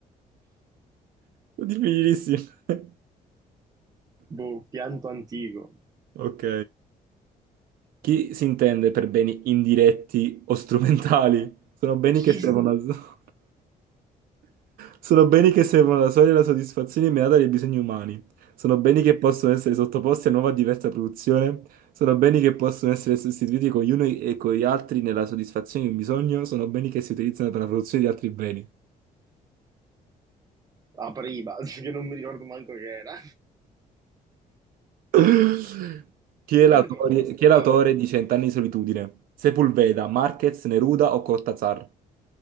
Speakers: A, on the right (about 80°); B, on the right (about 25°).
A: Difficilissimo. <laughs>
B: Boh, pianto antico.
A: Ok. Chi si intende per beni indiretti o strumentali? Sono beni
B: Chi
A: che servono
B: si-
A: al... <laughs> Sono beni che servono alla sola e alla soddisfazione immediata dei bisogni umani. Sono beni che possono essere sottoposti a nuova e diversa produzione. Sono beni che possono essere sostituiti con gli uni e con gli altri nella soddisfazione di un bisogno. Sono beni che si utilizzano per la produzione di altri beni.
B: apriva? <laughs> Che non mi ricordo manco che era.
A: <laughs> Chi
B: Ma
A: è
B: dove
A: l'autore,
B: l'hai trovato sto
A: chi è l'autore
B: test?
A: di Cent'anni di solitudine? Sepulveda, Marquez, Neruda o Cortázar?